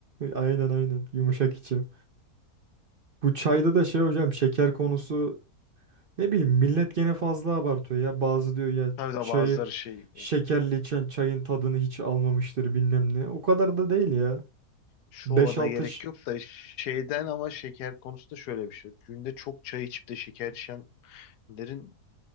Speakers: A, on the right (about 55°); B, on the left (about 85°).
A: Aynen aynen yumuşak içi. Bu çayda da şey hocam şeker konusu ne bileyim millet gene fazla abartıyor ya. Bazı diyor
B: <laughs>
A: ya
B: Tabii de
A: çayı
B: bazıları şey.
A: şekerli içen çayın tadını hiç almamıştır bilmem ne. O kadar da değil ya.
B: Şova
A: Beş
B: da
A: altı
B: gerek yok da şeyden ama şeker konusunda şöyle bir şey. Günde çok çay içip de şeker içenlerin